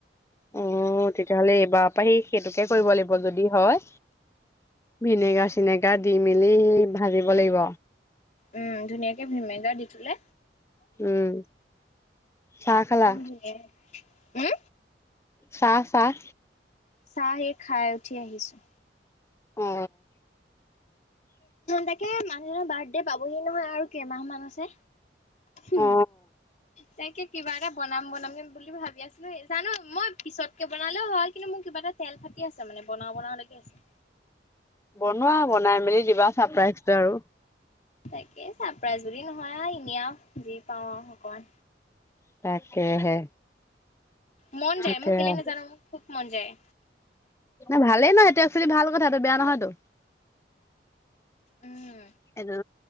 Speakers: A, on the left; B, on the left.
A: অ' তেতিয়াহ'লে এইবাৰৰ পৰা সেই সেইটোকে কৰিব লাগিব যদি হয় ভিনেগাৰ চনেকা দি মেলি ভাজিব লাগিব
B: উম ধুনীয়াকে ভিনেগাৰ দি থলে
A: উম চাহ খালা?
B: গমঘে <unintelligible> উম
A: চাহ চাহ
B: চাহে খাই উঠি আহিছোঁ
A: অ
B: তাকে মানুহজনৰ বাৰ্থডে পাবহি নহয় আৰু কেইমাহ মান আছে উ
A: অ
B: তেকে কিবা এটা বনাম বনাম বুলি ভাবি আছো ন জানো মই পিছতকে বনালেও হয় কিন্তু মোৰ কিবা এটা তেল ফাটি আছে মানে বন বনাব লে আছে
A: বনোৱা বনাই মেলি দিবা চাৰপ্ৰাইজ আৰু
B: তাকে চ্ৰাপাইজ বুলি নহয় আহ এনে আৰু যি পাওঁ আৰু অকমান
A: তাকেহে
B: মন যায়
A: সেইটোৱে
B: মোক কেলে নাজানো মোক খুব মন যায়
A: ন ভালেই নহ সেইটো একচোৱেলি ভাল কথা এইটো বেয়া নহয়তো
B: উম
A: এইটো